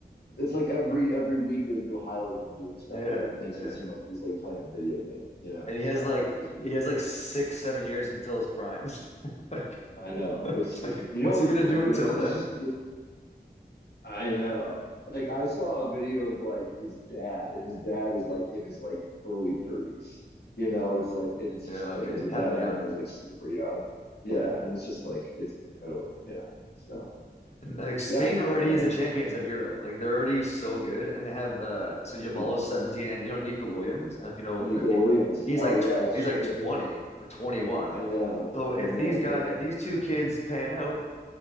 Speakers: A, on the left (about 70°); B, on the left (about 40°).
A: It's like every every week there's a new highlight of him doing stuff
B: Yeah,
A: that makes
B: yeah.
A: it seem like he's like playing a video game, you know?
B: And he
A: So
B: has like
A: he's really
B: he has like
A: good.
B: six, seven years until his prime. <laughs> Like,
A: I know.
B: <laughs> like,
A: It's you know
B: what's
A: what's
B: he gonna
A: really
B: do until then?
A: it's I know. Like I saw a video of like his dad, and his dad is like in his like early 30s. You know, it's like and it's just
B: Yeah,
A: like
B: okay.
A: because his
B: Had
A: dad
B: him young.
A: had him when he was like super young. Yeah,
B: Yeah.
A: and it's just like it's incredible. Yeah. So
B: Like Spain
A: yeah,
B: already
A: no,
B: is the champions of Euro. Like they're already so good, and they have uh so Yamal
A: I know.
B: is 17, and you know Nico Williams. And if you know
A: Nico
B: uh, Nico,
A: Williams.
B: he's
A: Oh
B: like
A: yeah,
B: tw
A: sure.
B: he's like 20 or 21.
A: I know.
B: So
A: I
B: if
A: know.
B: these guy
A: Yeah.
B: if these two kids pan out,